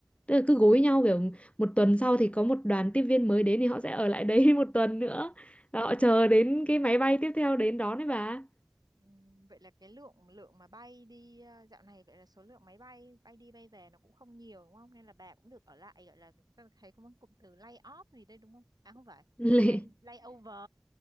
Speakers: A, on the left; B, on the right.
A: tức là cứ gối nhau kiểu một tuần sau thì có một đoàn tiếp viên mới đến thì họ sẽ ở lại đấy <laughs> một tuần nữa Và họ chờ đến cái máy bay tiếp theo đến đón đấy bà
B: Ừm, Vậy là cái lượng lượng mà bay đi ờ, dạo này vậy là số lượng máy bay bay đi bay về nó cũng không nhiều đúng không? Nên là bà cũng được ở lại gọi là tôi thấy có một cụm từ lay off gì đây đúng không? À không phải,
A: <laughs>
B: lay
A: Lệ-
B: lay over.